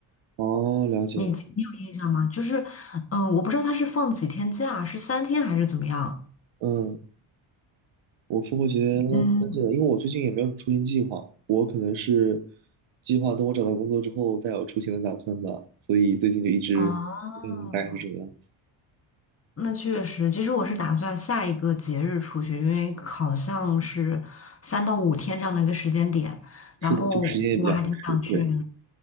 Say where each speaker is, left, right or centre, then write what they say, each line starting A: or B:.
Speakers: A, on the right (about 65°); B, on the left (about 30°).
A: 哦，了解，
B: 你你有印象吗？就是，嗯，我不知道它是放几天假，是三天还是怎么样？
A: 嗯，我复活节但是的，
B: 嗯，
A: 因为我最近也没有什么出行计划，我可能是计划等我找到工作之后再有出行的打算吧，所以最近就一直，
B: 啊，
A: 嗯，大概是这个样子。
B: 那确实，其实我是打算下一个节日出去，因为好像是三到五天这样的一个时间点，然后我还挺想去，
A: 是的，这个时间也比较合适。对，